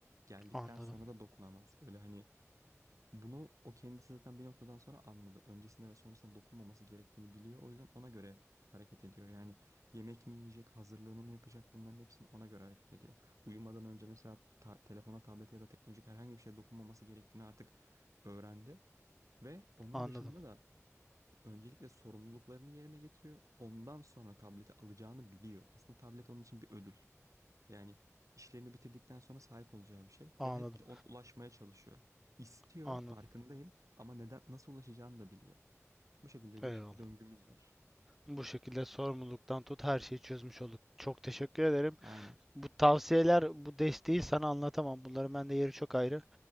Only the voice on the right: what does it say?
Geldikten
sonra da dokunamaz. Öyle hani bunu o kendisi zaten bir noktadan sonra anladı. Öncesinde ve sonrasında dokunmaması gerektiğini biliyor. O yüzden ona göre hareket ediyor. Yani yemek mi yiyecek, hazırlığını mı yapacak bunların hepsini ona göre hareket ediyor. Uyumadan önce mesela ta- telefona, tablete ya da teknolojik herhangi bir şeye dokunmaması gerektiğini artık öğrendi. Ve onun
dışında da öncelikle sorumluluklarını yerine getiriyor. Ondan sonra tableti alacağını biliyor. Aslında tablet onun için bir ödül. Yani işlerini bitirdikten sonra sahip olacağı bir şey
ve hep de ona ulaşmaya çalışıyor. İstiyor,
farkındayım ama neden nasıl ulaşacağını da biliyor. Bu şekilde bir
döngümüz var.
Aynen.